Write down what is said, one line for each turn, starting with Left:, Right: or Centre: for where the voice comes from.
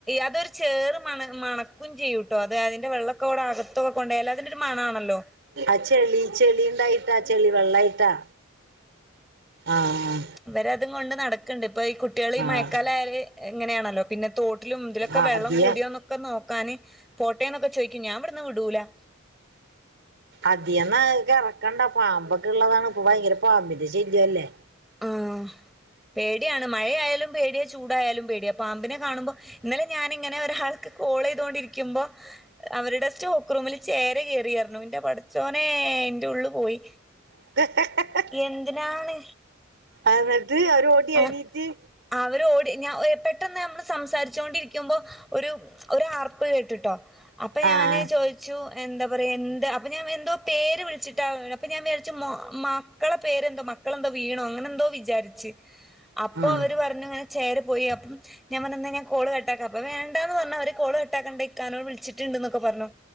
Centre: അതൊരു ചേറ് മണ മണക്കും ചെയ്യൂട്ടോ അത് അതിന്റെ വെള്ള ഒക്കക്കൂടെ അകത്തൊക്കെ കൊണ്ടേയാല് അതിന്റെ ഒരു മണാണല്ലോ
Right: ആഹ് ചെളി ചെളിണ്ടായിട്ടാ ചെളി വെള്ളായിട്ടാ ആഹ്
Centre: ഇവരത് കൊണ്ട് നടക്ക്ണ്ട് ഇപ്പോ ഈ കുട്ട്യാള് ഈ
Right: ആഹ്
Centre: മഴക്കാലം ആയാല് ഇങ്ങനെയാണല്ലോ പിന്നെ തോ ട്ടിലും ഇതിലൊക്കെ
Right: ആഹ്
Centre: വെള്ളം
Right: അധികം
Centre: കൂടിയോന്നൊക്കെ നോക്കാന് പോട്ടേന്നൊക്കെ ചോദിക്കും ഞാൻ ഇവിടുന്ന് വിടൂലാ
Right: അദിയം <unintelligible> എറക്കണ്ടാ പാമ്പൊക്കെ ഇള്ളതാണ് ഇപ്പ ഭയങ്കര പാമ്പിന്റെ ശല്യം അല്ലേ
Centre: ആഹ് പേടിയാണ് മഴയായാലും പേടിയാ ചൂടായാലും പേടിയാ പാമ്പിനെ കാണുമ്പോ ഇന്നലെ ഞാനിങ്ങനെ ഒരാൾക്ക് കോള് ചെയ്തോണ്ടിരിക്കുമ്പോ അവരുടെ സ്റ്റോക്ക് റൂമില് ചേര കേറിയാർന്നു ഇന്റെ പടച്ചോനെ ഇന്റെ ഉള്ള് പോയി
Right: <unintelligible>
Centre: എന്തിനാണ്
Right: എന്നിട്ട് അവര് ഓടി
Centre: ആഹ്
Right: എണീറ്റ്
Centre: അവര് ഓടി ഞാ ഏ പെട്ടെന്ന് നമ്മള് സംസാരിച്ചോണ്ടിരിക്കുമ്പോ ഒരു ഒരാർ ർപ്പ് കേട്ട്ട്ടോ അപ്പോ
Right: ആഹ്
Centre: ഞാന് ചോദിച്ചു എന്താ പറയാ എന്ത് അപ്പ ഞാൻ എന്തോ പേര് വിളിച്ചുട്ടോ അപ്പ ഞാൻ വിചാരിച്ചു മോ മക്കളെ പേരെന്തോ മക്കളെന്തോ വീണോ അങ്ങനെ എന്തോ വിചാരിച്ച് അപ്പോ
Right: ആഹ്
Centre: അവര് പറ ങ്ങനെ ചേര പോയി അപ്പം ഞാൻ പറഞ്ഞു ഇന്നാ ഞാ കോള് കട്ടാക്കാ അപ്പ വേണ്ടാന്ന് പറഞ്ഞു അവര് കോള് കട്ടാക്കണ്ടാ ഇക്കാനെ വിളിച്ചിട്ടുണ്ട്ന്നൊക്കെ പറഞ്ഞു